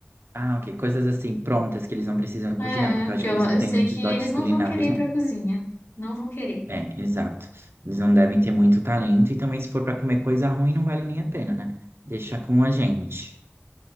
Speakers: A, on the right; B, on the left.
A: Ah, ok, coisas assim prontas que eles não precisam cozinhar,
B: É,
A: porque
B: porque
A: eu acho
B: eu,
A: que eles não
B: eu
A: têm
B: sei
A: muitos
B: que eles
A: dotes culinários,
B: não vão querer ir
A: não.
B: pra cozinha. Não vão querer.
A: É, exato. Eles não devem ter muito talento e também se for para comer coisa ruim não vale nem a pena, né? Deixa com a gente.